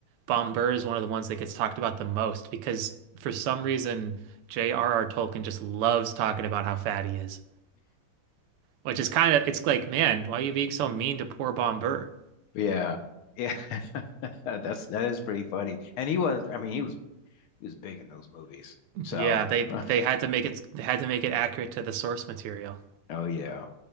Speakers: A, on the right; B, on the left.
A: Bombur is one of the ones that gets talked about the most because for some reason J.R.R. Tolkien just loves talking about how fat he is, which is kind of it's like man, why are you being so mean to poor Bombur?
B: Yeah. Yeah. <laughs> That's that is pretty funny. And he was I mean he was he was big in those movies.
A: <laughs>
B: So
A: Yeah, they they
B: <laughs>
A: had to make it they had to make it accurate to the source material
B: oh yeah.